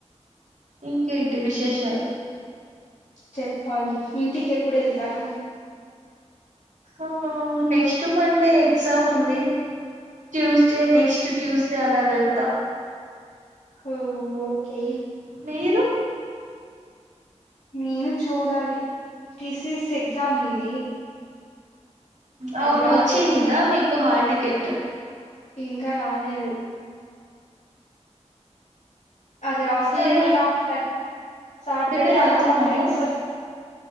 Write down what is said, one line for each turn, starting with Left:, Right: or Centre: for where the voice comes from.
Right: ఇంకేంటి విశేషాలు
Left: చెప్పాలి ఇంటికి ఎప్పుడు ఎళ్తారు
Right: ఆ నెక్స్ట్ మండే ఎగ్జామ్ ఉంది ట్యూస్డే నెక్స్ట్ ట్యూస్డే అలా వెళ్తా
Left: హో ఓకే
Right: మీరు
Left: నేను చూడాలి టిసిస్ ఎగ్జామ్ ఉంది
Right: అవును
Left: అది రాసేసి
Right: వచ్చి నిందా మీకు హాల్ టికెట్
Left: ఇంకా రాలేదు అది రాస్తే
Right: మీరే
Left: ఒకవేళ ఆఫ్రై సాటర్డే
Right: ప్రిపేర్
Left: అలా
Right: అవుతున్నావా?
Left: మా ఫ్రెండ్స్ వస్తు